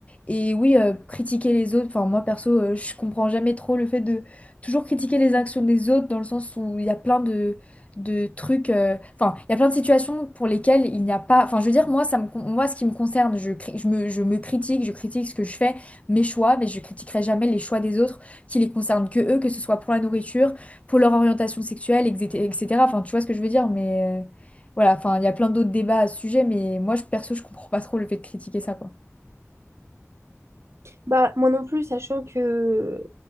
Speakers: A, on the left (about 25°); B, on the right (about 60°).
A: et oui, euh, critiquer les autres. Enfin, moi, perso, euh, je comprends jamais trop le fait de toujours critiquer les actions des autres dans le sens où il y a plein de, de trucs. euh, Enfin, il y a plein de situations pour lesquelles il n'y a pas. Enfin, je veux dire, moi, ça me, con- moi, ce qui me concerne, je, cri- je me, je me critique, je critique ce que je fais, mes choix, mais je critiquerai jamais les choix des autres qui les concernent que eux, que ce soit pour la nourriture, pour leur orientation sexuelle, etc. etc. Enfin, tu vois ce que je veux dire, mais. euh, voilà, enfin, il y a plein d'autres débats à ce sujet, mais moi, je, perso, je comprends pas trop le fait de critiquer ça, quoi.
B: Bah, moi non plus, sachant que